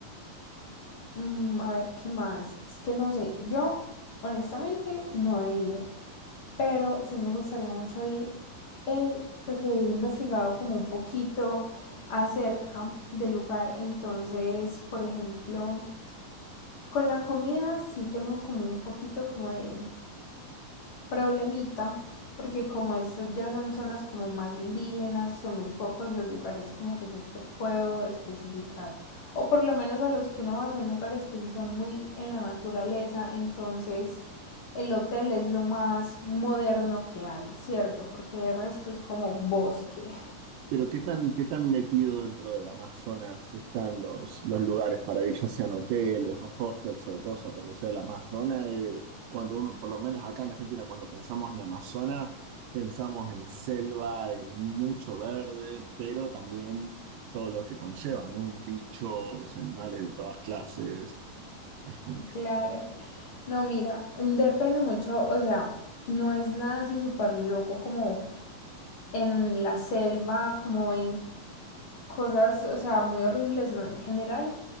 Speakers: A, on the left; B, on the right.
A: mm, a ver, ¿qué más? Es que no sé, yo honestamente no he ido, pero sí me gustaría mucho ir. He, pues he investigado como un poquito acerca del lugar, entonces, por ejemplo, con la comida sí tengo como un poquito como de problemita, porque como esto ya son zonas como más indígenas, son muy pocos los lugares como que yo te puedo especificar. O por lo menos a los que uno va son lugares que sí son muy en la naturaleza, entonces el hotel es lo más moderno que hay, ¿cierto? Porque de resto es como bosque. <laughs>
B: Pero ¿qué tan, qué tan metido dentro del Amazonas están los, los lugares para ir, ya sean hoteles o hostels o cosas? Porque, o sea, el Amazonas, eh, cuando uno, por lo menos acá en Argentina, cuando pensamos en Amazonas, pensamos en selva, en mucho verde, pero también todo lo que conlleva, ¿no? Bichos, animales de todas clases. Es como que,
A: Claro. No, mira, depende mucho, o sea, no es nada así súper loco como en la selva, como en cosas, o sea, muy horribles, ¿no? En general,